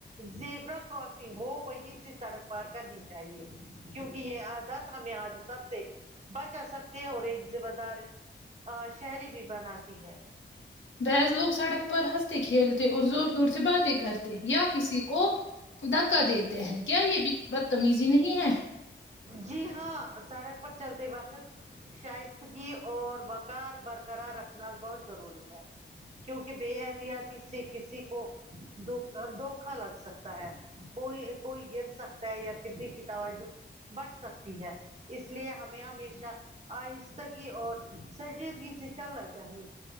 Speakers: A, on the right (about 35°); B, on the left (about 80°).
A: زیبرا کراسنگ ہو وہی سے سڑک پار کرنی چاہیے کیونکہ یہ آج ہمیں حادثت سے بچا سکتے ہیں اور ایک ذمہ دار شہری بھی بناتی ہے
B: بحض لوگ سڑک پر ہنستے کھیلتے اور زور زور سے باتیں کرتے یا کسی کو دھکا دیتے ہیں کیا یہ بھی بدتمیزی نہیں ہے
A: جی ہاں سڑک پر چلتے وقت شائستگی اور وقار برقرار رکھنا بہت ضروری ہے کیونکہ بے احتیاطی سے کسی کو د دھوکا لگ سکتا ہے کوئی کوئی گر سکتا ہے یا کسی کی توج بٹھ سکتی ہے اس لیے ہمیں ہمیشہ آہستگی اور سجیدگی سے چلنا چاہیے